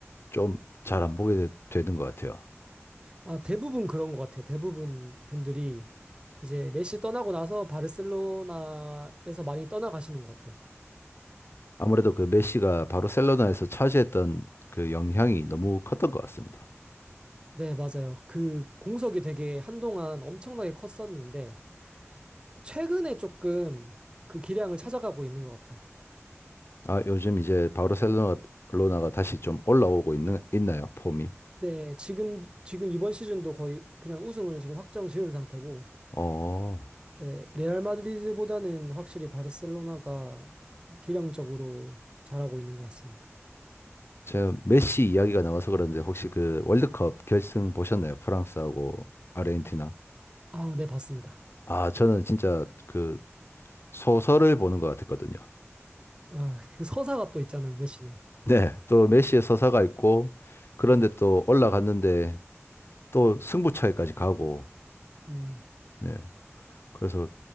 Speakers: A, on the left (about 55°); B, on the right (about 20°).
A: 좀 잘 안 보게 되, 는것 같아요.
B: 아, 대부분 그런 것 같아요. 대부분 분들이 이제 메시 떠나고 나서 바르셀로나에서 많이 떠나가시는 것 같아요.
A: 아무래도 그 메시가 바르셀로나에서 차지했던 그 영향이 너무 컸던 것 같습니다.
B: 네, 맞아요. 그 공석이 되게 한동안 엄청나게 컸었는데, 최근에 조금 그 기량을 찾아가고 있는 것 같아요.
A: 아, 요즘 이제 바르셀로나가 다시 좀 올라오고 있는, 있나요? 폼이?
B: 네, 지금, 지금 이번 시즌도 거의 그냥 우승을 지금 확정 지은 상태고,
A: 어,
B: 네, 레알 마드리드보다는 확실히 바르셀로나가 기량적으로 잘하고 있는 것 같습니다.
A: 제가 메시 이야기가 나와서 그런데 혹시 그 월드컵 결승 보셨나요? 프랑스하고 아르헨티나?
B: 아, 네, 봤습니다.
A: 아, 저는 진짜 그 소설을 보는 것 같았거든요.
B: 아, 그 서사가 또 있잖아요, 메시는.
A: 네, 또 메시의 서사가 있고, 그런데
B: 네.
A: 또 올라갔는데 또 승부차기까지 가고,
B: 음,
A: 네. 그래서